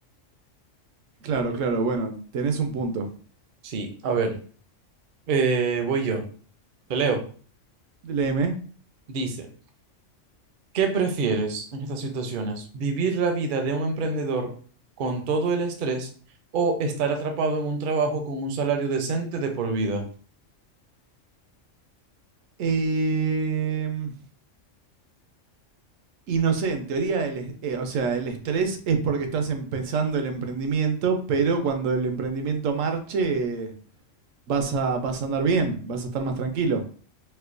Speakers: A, on the right; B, on the right.
A: Claro, claro, bueno, tenés un punto.
B: Sí, a ver, eh, voy yo. Te leo.
A: Léeme.
B: Dice, ¿qué prefieres en estas situaciones? ¿Vivir la vida de un emprendedor con todo el estrés o estar atrapado en un trabajo con un salario decente de por vida?
A: Em, y no sé, en teoría, el, eh, o sea, el estrés es porque estás empezando el emprendimiento, pero cuando el emprendimiento marche, eh, vas a, vas a andar bien, vas a estar más tranquilo.